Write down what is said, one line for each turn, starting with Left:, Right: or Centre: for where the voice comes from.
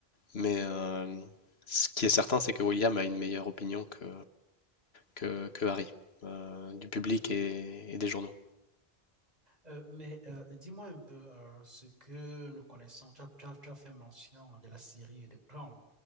Left: Mais euh, ce qui est certain, c'est que William a une meilleure opinion que, que, que Harry, euh, du public et, et des journaux.
Right: Euh, mais euh, dis-moi un peu euh, ce que nous connaissons. Tu as, tu as- tu as fait mention de la série de Crown